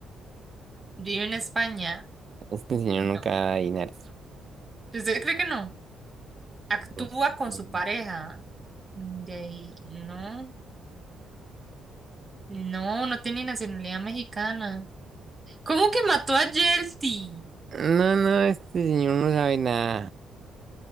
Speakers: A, on the right; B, on the right.
A: ¿Vive en España?
B: Este señor
A: No.
B: nunca da dinero.
A: ¿Usted cree que no? Actúa
B: No sé.
A: con su pareja. Mm, De ahí, no, no, no tiene nacionalidad mexicana. ¿Cómo que mató a Yelty?
B: No, no, este señor no sabe nada.